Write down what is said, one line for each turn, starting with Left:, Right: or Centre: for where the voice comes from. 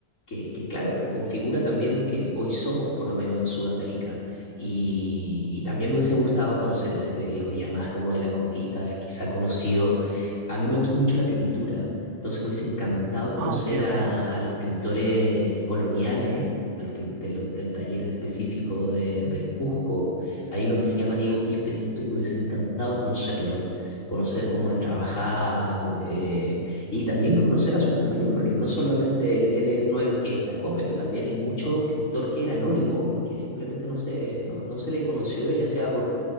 Left: que, que, claro, configura también lo que hoy somos, por lo menos en Sudamérica. Y, y también me hubiese gustado conocer ese periodo, ya más como de la conquista, haber quizá conocido, a mí me gusta mucho la pintura. Entonces me hubiese encantado conocer
Right: Ah, ok,
Left: a,
Right: ok.
Left: a los pintores coloniales, a los pin- de los- del taller en específico de- del Cusco. Hay uno que se llama Diego Quispetito y me hubiese encantado conocerlo, conocer cómo él trabajaba co- eh, y también conocer a sus compañeros, porque no solamente él, él es uno de los que destacó, pero también hay mucho pintor que era anónimo y que simplemente no se, no, no se le conoció, ya sea por,